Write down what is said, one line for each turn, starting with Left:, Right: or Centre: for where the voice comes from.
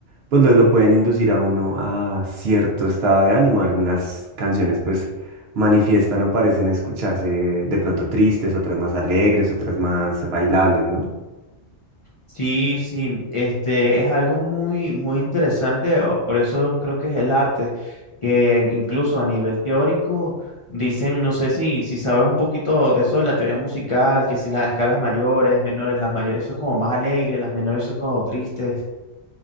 Right: pues lo, lo pueden inducir a uno a cierto estado de ánimo. Algunas canciones pues manifiestan o parecen escucharse de pronto tristes, otras más alegres, otras más bailables, ¿no?
Left: Sí, sí, este es algo muy, muy interesante, o por eso creo que es el arte, que incluso a nivel teórico dicen, no sé si, si sabes un poquito de eso de la teoría musical, que si las escalas mayores, menores, las mayores son como más alegres, las menores son como tristes.